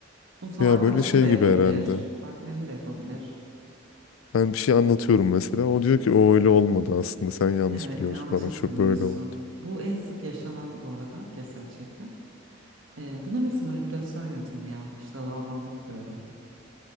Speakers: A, on the right; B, on the left.
A: Bunu sana
B: Ya
A: arkadaşın
B: böyle şey
A: da yapabilir,
B: gibi herhalde.
A: partnerin de yapabilir.
B: Ben bir şey anlatıyorum mesela. O diyor ki o öyle olmadı aslında. Sen yanlış
A: Evet,
B: biliyorsun
A: yanlış
B: falan.
A: hatırlıyorsun.
B: Şu böyle oldu.
A: Bu en sık yaşanan bu arada gaslight şekli. Ee, bunların hepsi manipülasyon yöntemi ya. İşte love bombing de öyle.